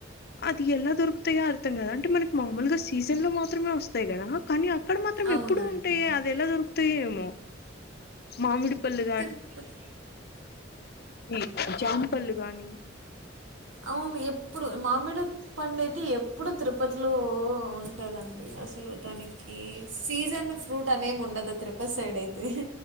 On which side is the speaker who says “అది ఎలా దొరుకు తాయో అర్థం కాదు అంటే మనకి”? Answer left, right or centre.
Left